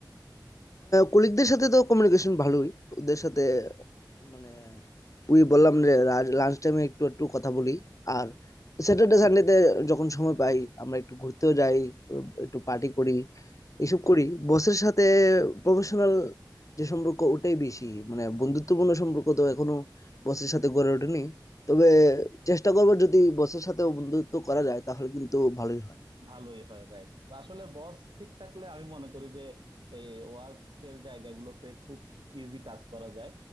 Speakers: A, on the left (about 45°); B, on the right (about 90°).
A: কলিগদের সাথে তো কমিউনিকেশন ভালোই ওদের সাথে মানে ওই বললাম যে লাঞ্চ টাইমে একটু একটু কথা বলি আর স্যাটারডে সানডেতে যখন সময় পাই আমরা একটু ঘুরতেও যাই উম, একটু পার্টি করি এসব করি বসের সাথে প্রফেশনাল যে সম্পর্ক ওটাই বেশি মানে বন্ধুত্বপূর্ণ সম্পর্ক তো এখনো বসের সাথে গড়ে ওঠেনি তবে চেষ্টা করবো যদি বসের সাথেও বন্ধুত্ব করা যায় তাহলে কিন্তু ভালোই হয়
B: ভালোই হয় রাইট আসলে বস ঠিক থাকলে আমি মনে করি যে এই ওয়ার্কের জায়গাগুলোতে খুব ইজি কাজ করা যায়